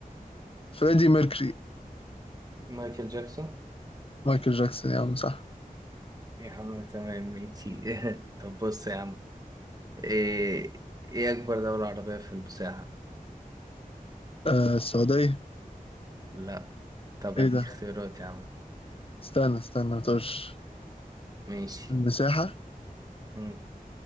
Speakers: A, on the left; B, on the right.
A: فريدي ميركري
B: مايكل جاكسون
A: مايكل جاكسون يا عم صح
B: يا عم تمام ماشي <laughs> طب بص يا عم إيه إيه أكبر دولة عربية في المساحة؟
A: آه. السعودية
B: لا طب
A: ايه
B: هديك
A: ده
B: اختيارات يا عم
A: استنى استنى ما تقولش
B: ماشي
A: المساحة
B: أمم،